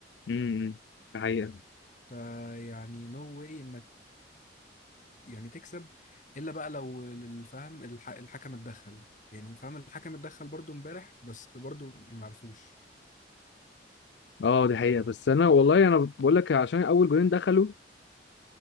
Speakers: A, on the left (about 70°); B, on the left (about 45°).
A: امم دي حقيقة
B: فيعني نو واي انك يعني تكسب الا بقى لو الفهم الح... الحكم اتدخل يعني فاهم الحكم اتدخل برضو امبارح بس برضو معرفوش
A: اه دي حقيقة بس أنا والله أنا بقول لك عشان أول جولين دخلوا